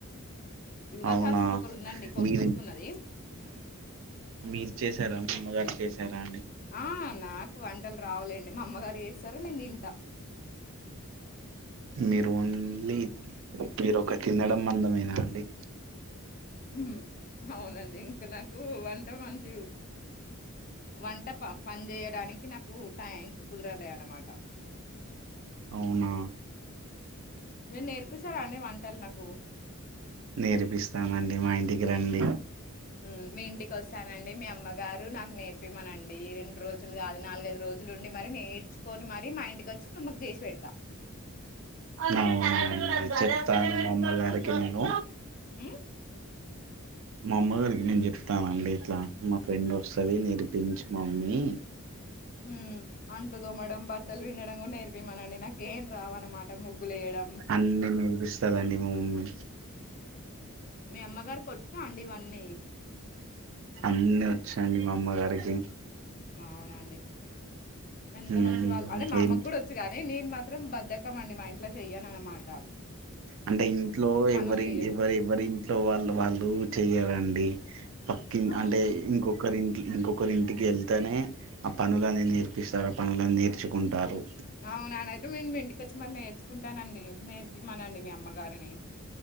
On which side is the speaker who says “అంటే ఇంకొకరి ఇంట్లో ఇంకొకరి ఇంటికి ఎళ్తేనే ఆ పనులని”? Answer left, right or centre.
Right